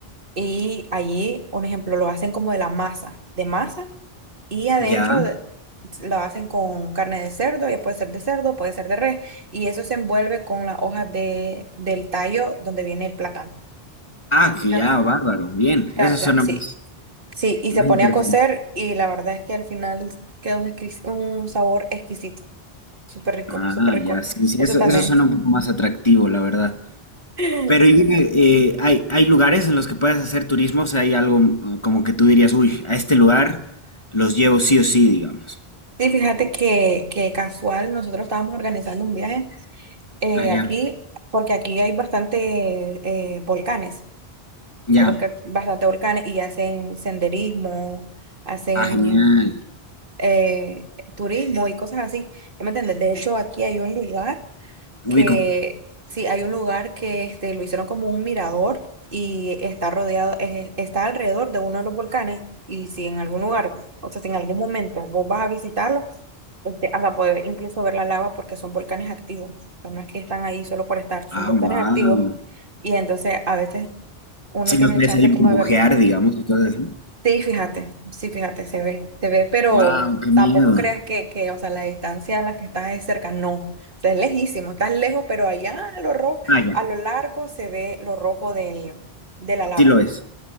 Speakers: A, on the right (about 60°); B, on the left (about 30°).
A: y allí, un ejemplo, lo hacen como de la masa, de masa. Y adentro
B: Ya.
A: de- lo hacen con carne de cerdo, ya puede ser de cerdo, puede ser de res, y eso se envuelve con las hojas de, del tallo donde viene el plátano.
B: Ah, que
A: Ya.
B: ya, bárbaro. Bien,
A: Ya,
B: eso suena
A: ya, sí.
B: más,
A: Sí, y
B: más
A: se pone
B: interesante.
A: a cocer y la verdad es que al final queda un, exquis- un sabor exquisito, súper rico,
B: Ah,
A: súper rico.
B: ya, sí, sí,
A: Eso
B: eso,
A: también.
B: eso suena
A: <clears throat>
B: un poco más atractivo, la verdad.
A: <laughs>
B: Pero y dime, eh, ¿hay, hay lugares en los que puedes hacer turismo? O sea, hay algo mm, como que tú dirías, uy, a este lugar los llevo sí o sí, digamos.
A: Sí, fíjate que, que casual, nosotros estábamos organizando un viaje eh,
B: Ah, ya,
A: aquí, porque aquí hay bastante eh, volcanes.
B: ya.
A: Hay basca- bastante volcanes y hacen senderismo, hacen
B: Ah, genial.
A: eh, turismo y cosas así. ¿Ya me entiendes? De hecho, aquí hay un lugar que,
B: Ubico.
A: sí, hay un lugar que este, lo hicieron como un mirador y está rodeado, eh, está alrededor de uno de los volcanes. Y si en algún lugar, o sea, si en algún momento vos vas a visitarlo, este, hasta poder incluso ver la lava porque son volcanes activos. O sea, No es que están ahí solo por estar, son
B: Ah,
A: volcanes
B: wow.
A: activos y entonces a veces uno
B: Sí
A: tiene
B: los ves
A: el chance
B: ahí burbujear,
A: como de verlo.
B: digamos, y cosas así.
A: Sí, fíjate, sí, fíjate, se ve, se ve, pero
B: Wow, qué
A: tampoco
B: miedo.
A: creas que, que, o sea, la distancia a la que estás es cerca, no, o sea, es lejísimo, estás lejos, pero allá a lo rojo,
B: Ah, ya,
A: a lo largo se ve lo rojo del, de la lava,
B: sí lo ves.